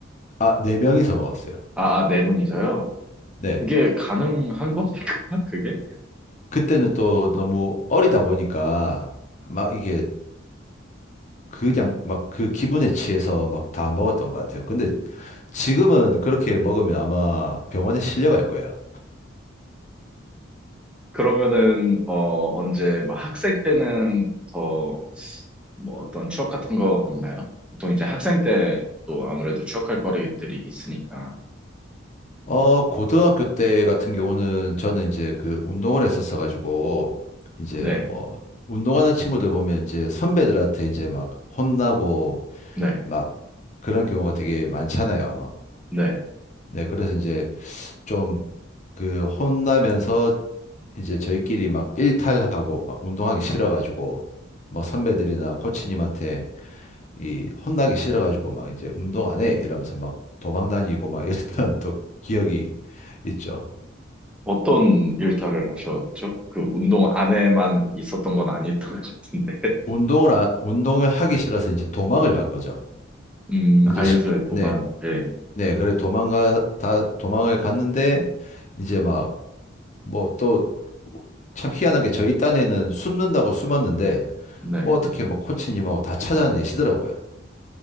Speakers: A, on the left; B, in the centre.
A: 아, 네 명이서 먹었어요.
B: 아, 아, 네 분이서요.
A: 네.
B: 그게 가능한 겁니까? <laughs> 그게?
A: 그때는 또 너무 어리다 보니까 막 이게 그냥 막 그 기분에 취해서 막 다 먹었던 것 같아요. 근데 지금은 그렇게 먹으면 아마 병원에 실려갈 거예요.
B: 그러면은 어 언제 막 학생 때는 더 뭐 어떤 추억 같은 거 없나요? 보통 이제 학생 때 또 아무래도 추억할 거리들이 있으니까.
A: 어, 고등학교 때 같은 경우는 저는 이제 그 운동을 했었어가지고, 이제
B: 네,
A: 뭐, 운동하는 친구들 보면 이제 선배들한테 이제 막 혼나고
B: 네,
A: 막 그런 경우가 되게 많잖아요.
B: 네.
A: 네, 그래서 이제 좀 그 혼나면서 이제 저희끼리 막 일탈하고 막 운동하기 싫어가지고, 뭐 선배들이나 코치님한테 이 혼나기 싫어가지고 막 이제 운동 안 해! 이러면서 막 도망 다니고 막 <laughs> 이랬던 또 기억이 있죠.
B: 어떤 일탈을 하셨죠? 그 운동 안에만 있었던 건 아니었던 것 같은데.
A: 운동을, 아- 운동을 하기 싫어서 이제 도망을 간 거죠.
B: <laughs> 음,
A: 이제
B: 아이소에도만
A: 쉽게, 네,
B: 네
A: 네, 그래 도망가, 다, 도망을 갔는데, 이제 막, 뭐 또, 참 희한한 게 저희 딴에는 숨는다고 숨었는데,
B: 네.
A: 뭐 어떻게 막 코치님하고 다 찾아내시더라고요.